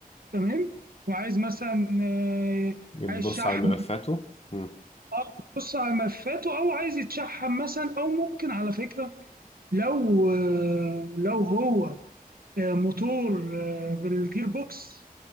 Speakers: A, on the right; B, on the left.
A: تمام وعايز مثلا آه،
B: بتبص
A: عايز شحم
B: على ملفاته امم
A: اه بص على ملفاته او عايز يتشحم مثلا او ممكن على فكره لو آه، لو هو آه، موتور بالجير بوكس